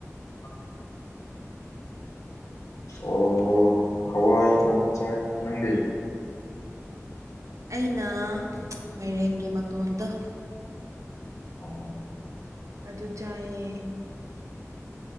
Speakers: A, on the left; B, on the right.
A: ꯑ ꯑꯣ ꯍꯋꯥꯏ ꯊꯣꯡꯕꯖꯥꯏ ꯅꯪꯗꯤ
B: ꯑꯩꯅ ꯃꯥꯏꯔꯦꯟꯒꯤ ꯃꯇꯣꯟꯗ
A: ꯑꯣ
B: ꯑꯗꯨ ꯆꯥꯏꯌꯦ